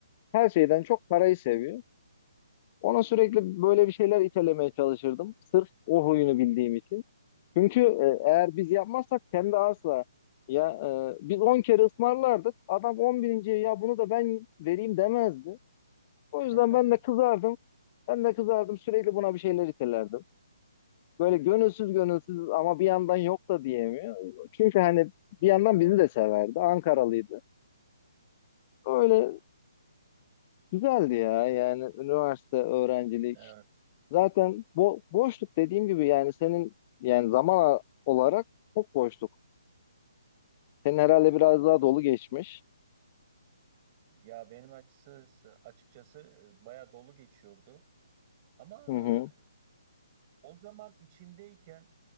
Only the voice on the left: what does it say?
her şeyden çok parayı seviyor. Ona sürekli böyle bir şeyler itelemeye çalışırdım. Sırf o huyunu bildiğim için. Çünkü e, eğer biz yapmazsak kendi asla ya e, biz 10 kere ısmarlardık. Adam 11. ya bunu da ben vereyim demezdi. O
yüzden ben de kızardım. Ben de kızardım sürekli buna bir şeyler itelerdim böyle gönülsüz gönülsüz ama bir yandan yok da diyemiyor. Çünkü hani bir yandan
bizi de severdi. Ankaralıydı. Öyle güzeldi ya yani üniversite öğrencilik.
Zaten bo boşluk dediğim gibi yani senin yani zaman olarak çok boşluk. Senin herhalde
biraz daha dolu geçmiş.
Hı hı.